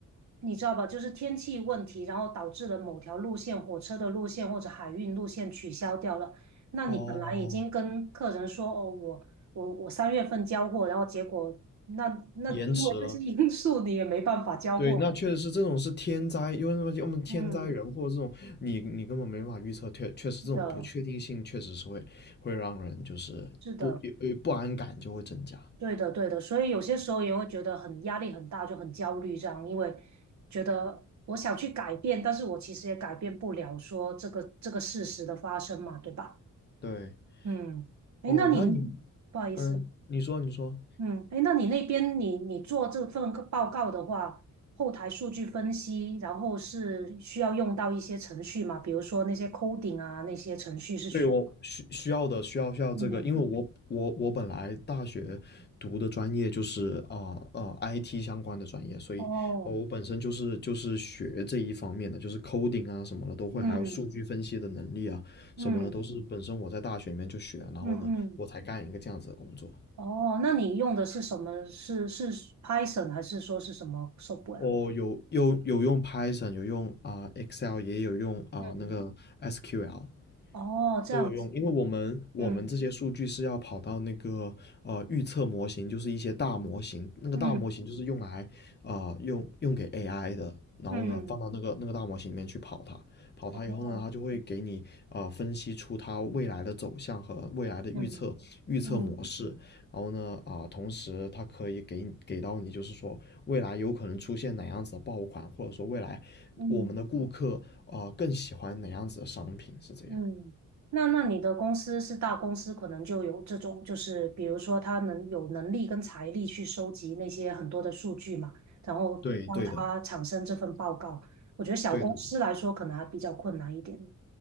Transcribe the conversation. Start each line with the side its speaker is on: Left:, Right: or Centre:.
Right: 你知道吧，就是天气问题，然后导致了某条路线、火车的路线或者海运路线取消掉了，那你本来已经跟客人说，
Left: 哦
Right: 哦，我我我三月份交货，然后结果那那因为这些因素，
Left: 延迟了。
Right: 你也没办法交货，
Left: 对，那确实是这种是天灾，因为什么？要么天灾人祸这种，
Right: 嗯，
Left: 你你根本没法预测，确确实这种不确定性确实是会会让人就是不呃不安感就会增加。
Right: 是的，是的。对的，对的，所以有些时候也会觉得很压力很大，就很焦虑这样，因为觉得我想去改变，但是我其实也改变不了说这个这个事实的发生嘛，对吧？
Left: 对，
Right: 嗯，哎，
Left: 哦，
Right: 那你
Left: 那你
Right: 不好意思，
Left: 嗯，你说你说，
Right: 嗯，哎，那你那边你你做这份报告的话，后台数据分析，然后是需要用到一些程序嘛，比如说那些 coding 啊，那些程序是需要，
Left: 对我需需要的需要需要这个，
Right: 嗯，
Left: 因为我我我本来大学读的专业就是啊啊、IT 相关的专业，所以、
Right: 哦，
Left: 呃我本身就是就是学这一方面的，就是 coding 啊什么的都会，
Right: 嗯
Left: 还有数据分析的能力啊什么的都是本身我在大学里面就学，
Right: 嗯
Left: 然后呢我才干一个这样子的工作。
Right: 嗯嗯。嗯哦，那你用的是什么？是是 Python 还是说是什么 software？
Left: 我有有有用 Python，有用啊、Excel，也有用啊、
Right: 嗯，
Left: 那个 SQL。
Right: 哦，这样子，
Left: 都有用，因为我们我们这些数据是要跑到那个呃预测模型，
Right: 嗯
Left: 就是一些大模型，那个大模型就是用来啊、
Right: 嗯
Left: 呃用用给 AI 的，然后呢放到那个那个大模型里面去跑它，
Right: 嗯，
Left: 跑它以后呢，
Right: 哦，
Left: 它就会给你啊、呃分析出它未来的走向和未来的预测预测模式，
Right: 嗯嗯
Left: 然后呢啊、呃同时它可以给你给到你就是说未来有可能出现哪样子的爆款，或者说未来我们的顾客啊、
Right: 嗯
Left: 呃更喜欢哪样子的商品，是这样。
Right: 嗯，那那你的公司是大公司，可能就有这种，就是比如说他能有能力跟财力去收集那些很多的数据嘛，然后让他产生这份报告。
Left: 对对的，
Right: 我觉得小公司来说可能还比较困难一点。
Left: 对的，